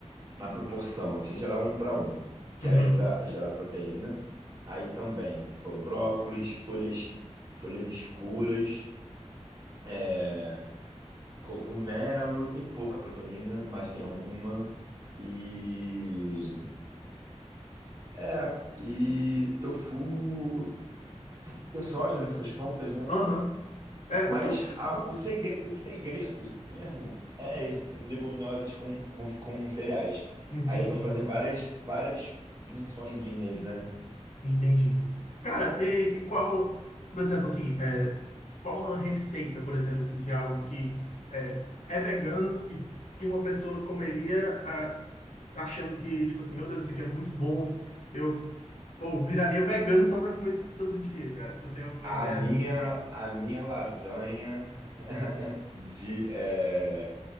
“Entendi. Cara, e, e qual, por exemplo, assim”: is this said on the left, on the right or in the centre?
Left